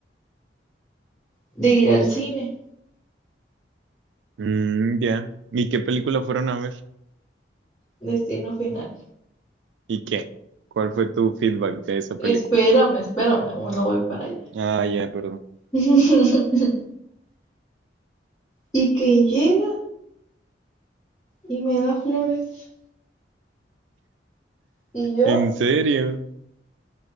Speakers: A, on the left; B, on the right.
A: de ir al cine,
B: Mm, ya. ¿Y qué película fueron a ver?
A: Destino Final.
B: ¿Y qué? ¿Cuál fue tu feedback de esa película?
A: Espérame, espérame, aún no voy para allá.
B: Ah, ya, perdón.
A: <laughs> Y que llega y me da flores. Y yo,
B: ¿En serio?